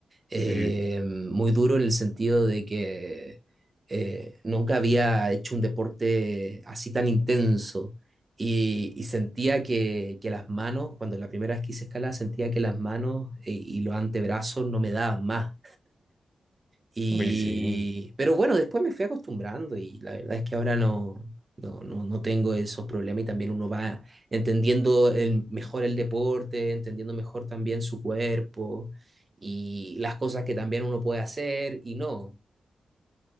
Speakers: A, on the right; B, on the left.
A: eh,
B: sí,
A: muy duro en el sentido de que eh, nunca había hecho un deporte así tan intenso y, y sentía que, que las manos, cuando la primera vez que hice escalada, sentía que las manos eh, y los antebrazos no me daban más. Y,
B: uy, sí,
A: pero bueno, después me fui acostumbrando y la verdad es que ahora no, no, no, no tengo esos problemas y también uno va entendiendo el, mejor el deporte, entendiendo mejor también su cuerpo y las cosas que también uno puede hacer y no.